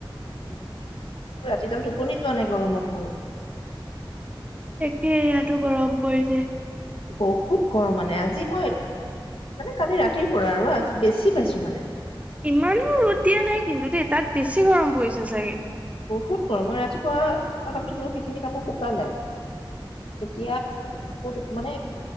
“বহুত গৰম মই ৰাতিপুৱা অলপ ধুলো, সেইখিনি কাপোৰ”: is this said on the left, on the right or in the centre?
Left